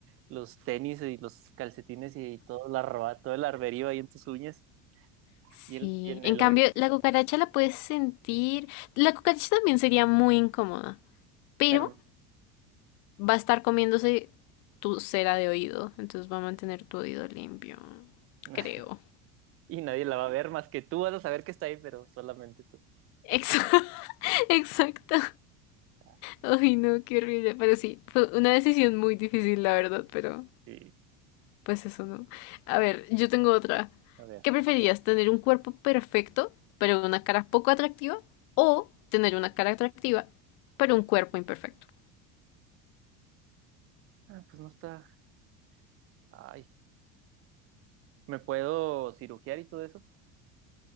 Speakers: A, on the right; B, on the left.
A: los tenis y los calcetines y todo, la roba, todo el arberío ahí en tus uñas
B: Sí,
A: y, el- y en
B: en
A: el
B: cambio,
A: oído,
B: la cucaracha la puedes sentir. La cucaracha también sería muy incómoda, pero
A: pero
B: va a estar comiéndose tu cera de oído, entonces va a mantener tu oído limpio,
A: <laughs>
B: creo.
A: y nadie la va a ver más que tú vas a saber que está ahí, pero solamente tú.
B: <laughs> Exa- Exacto.
A: Ah,
B: Ay, no, qué horrible. Pero sí, fue una decisión muy difícil, la verdad, pero
A: sí,
B: pues eso no. A ver, yo tengo otra.
A: a ver.
B: ¿Qué preferías, tener un cuerpo perfecto, pero una cara poco atractiva? ¿O tener una cara atractiva, pero un cuerpo imperfecto?
A: Ah, pues no está. Ay, ¿me puedo cirugiar y todo eso?